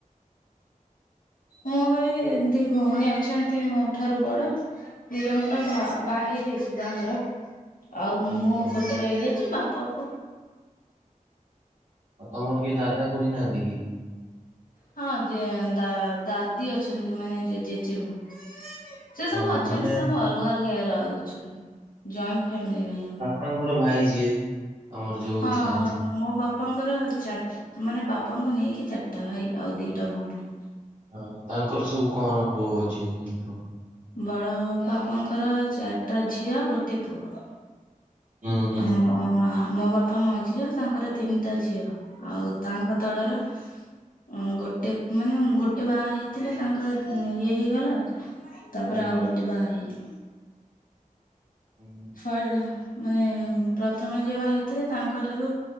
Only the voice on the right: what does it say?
ଓହୋ।
ଆଉ ତମର କିଏ ଦାଦା ଖୁଡିି଼ ନାହାନ୍ତି କି?
ହଁ
ହଁ
ମାନେ
ତାଙ୍କର ଭାଇ ଯିଏ। ତମର ଯୋଉ
ଥାଆନ୍ତି।
ହଁ ତାଙ୍କର ସବୁ କଣ ପୁଅ ଝିଅ କମିତି କ?
ହୁଁ ହୁଁ।
ହୁଁ
ହୁଁ ହୁଁ।